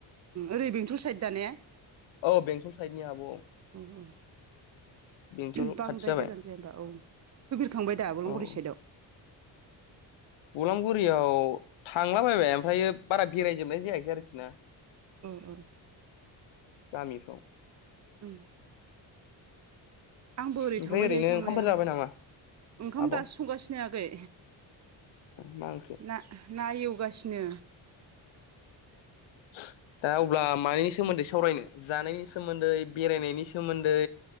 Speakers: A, on the right (about 35°); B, on the left (about 75°).
A: ओरै बेंथल साइद दा ने
B: औ बेंटल साइडनि आब'
A: ओं
B: बेंथल
A: बांद्राय
B: खाथि जाबाय
A: गोजान जाया औ फैफेरखांबाय दा अलंगुरि
B: औ
A: साइदआव
B: बलांगुरियाव थांला बाबाय ओमफ्राययो बारा बेरायजोबनाय जायाखै आरोखि ना
A: ओ ओ
B: गामिफ्राव
A: ओं आंबो ओरै
B: ओमफ्राय
A: थांबाय
B: ओरैनो
A: थायो थांनाया
B: ओंखामफोर जाबाय नामा
A: ओंखाम
B: आब'
A: दासो
B: ओ
A: संगासिनो आगै
B: मा ओंख्रि
A: ना ना एवगासिनो
B: <inaudible> दा अब्ला मानिनि सोमोन्दै सावरायनो जानायनि सोमोन्दै बेरायनायनि सोमोन्दै